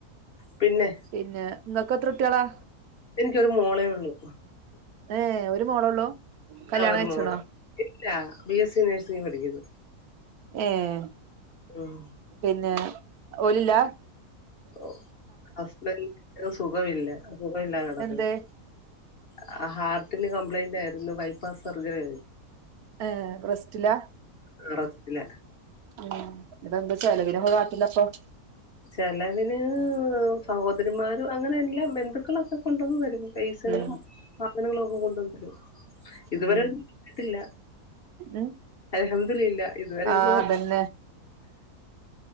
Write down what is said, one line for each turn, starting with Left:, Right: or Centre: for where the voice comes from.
Left: പിന്നെ
Right: പിന്നെ നിങ്ങൾക്ക് എത്ര കുട്ടികളാ?
Left: എനിക്കൊരു മോളേ ഉള്ളൂ
Right: ഏഹ് ഒരു മോളൊള്ളൂ കല്യാണം
Left: ആ ഒരു
Right: കഴിച്ച്ണോ
Left: മോള് ഇല്ല ബി എസ് സി നേഴ്സിംഗന് പഠിക്കുന്നു.
Right: <unintelligible>
Left: ഉം
Right: പിന്നെ ഒലില്ല
Left: ഓ ഹസ്ബൻഡന് സുഖമില്ല സുഖമില്ലാതെകിടക്കുവാ
Right: എന്തേ
Left: ഹ ഹാർട്ടിന് കംപ്ലൈന്റ് ആയിരുന്നു ബൈപാസ് സർജറി
Right: ഏഹ് റസ്റ്റില
Left: ആഹ് റസ്റ്റില
Right: ഉം എന്താ ചെലവിനക്കെ കട്ടലപ്പം
Left: ചെലവിന് സഹോദരിമാരും അങ്ങനെ എല്ലാ ബന്ധുക്കളൊക്കെ കൊണ്ട് വന്ന് തരു പൈസകളും
Right: ഉം
Left: സാധനങ്ങളും ഒക്കെ കൊണ്ടുവന്നു തരും ഇതുവരെ
Right: ഉം
Left: ഇട്ടിട്ടില്ല
Right: ഉം
Left: അൽഹംദുലില്ലാ ഇതുവരെ
Right: ആഹ്
Left: ഒന്നും
Right: അതന്നെ